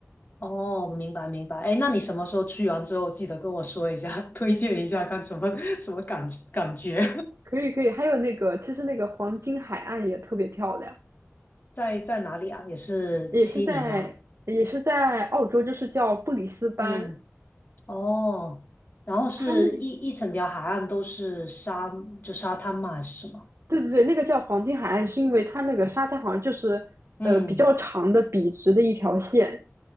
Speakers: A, on the left; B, on the right.
A: 哦，明白明白。哎，那你什么时候去完之后，记得跟我说一下，<laughs> 推荐一下，看什么 <laughs> 什么感感觉？
B: 可以可以，还有那个，其实那个黄金海岸也特别漂亮，
A: <laughs> 在在哪里啊？也是悉尼吗？
B: 也是在也是在澳洲，就是叫布里斯班，
A: 嗯，哦，然后是一一整条海岸都是沙，
B: 它那
A: 就沙滩嘛，还是什么？
B: 对对对，那个叫黄金海岸，是因为它那个沙滩好像就是呃比较长的笔直的一条线，
A: 嗯。